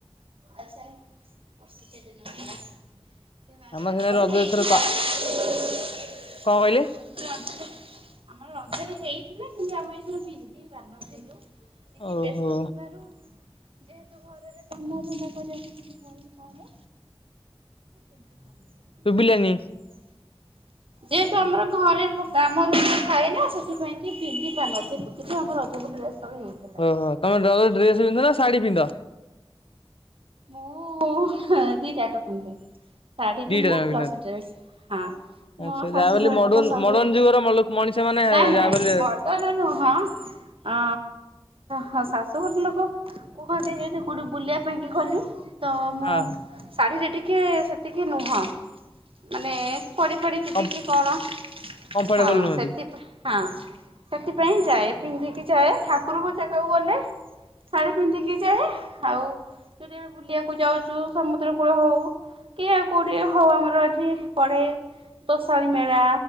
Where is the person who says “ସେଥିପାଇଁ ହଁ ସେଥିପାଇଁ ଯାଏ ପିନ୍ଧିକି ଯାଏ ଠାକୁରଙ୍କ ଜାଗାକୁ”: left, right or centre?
Right